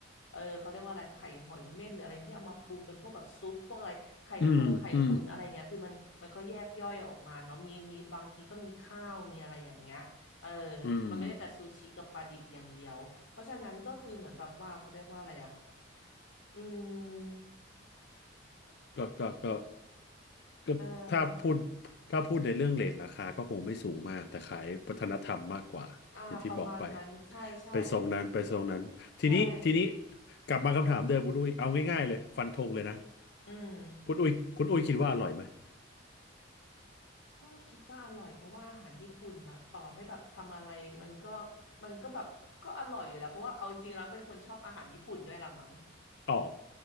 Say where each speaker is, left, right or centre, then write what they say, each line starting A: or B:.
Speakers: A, on the left; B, on the left.
A: เออเขาเรียกว่าอะไรไข่หอยเม่นหรืออะไรที่เอามาปรุงเป็นพวกแบบซุปพวกอะไรไข่ต้มไข่ตุ๋นอะไรอย่างเงี้ยคือมันมันก็แยกย่อยออกมาเนาะมีมีบางทีก็มีข้าวมีอะไรอย่างเงี้ยเออ
B: อืมอืมอืม
A: มันไม่ได้แต่ซูชิกับปลาดิบอย่างเดียวเพราะฉะนั้นก็คือเหมือนแบบว่าเขาเรียกว่าอะไรอ่ะอืม
B: ก็ก็ก็ก็ถ้าพูด
A: เออ
B: ถ้าพูดในเรื่องเรทราคาก็คงไม่สูงมาก แต่ขายวัฒนธรรมมากกว่าอย่างที่บอกไป
A: อ่าประมาณนั้นใช่ใช่
B: ไปทรงนั้นไปทรงนั้นทีนี้ทีนี้
A: ใช่
B: กลับมาคำถามเดิมคุณอุ้ยเอาง่ายๆเลยฟันธงเลยนะ
A: อืม
B: คุณอุ้ยคุณอุ้ยคิดว่าอร่อยไหม
A: ก็คิดว่าอร่อยเพราะว่าอาหารญี่ปุ่นนะต่อให้แบบทำอะไรมันก็มันก็แบบก็อร่อยอยู่แล้วเพราะว่าเอาจริงๆแล้วเป็นคนชอบอาหารญี่ปุ่นด้วยละมั้ง
B: อ๋อ